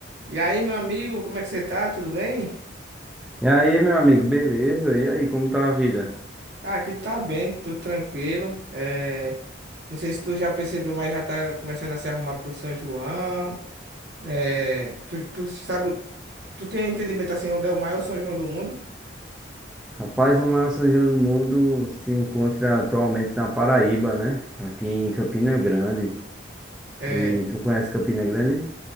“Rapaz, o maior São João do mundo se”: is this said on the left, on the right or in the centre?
Centre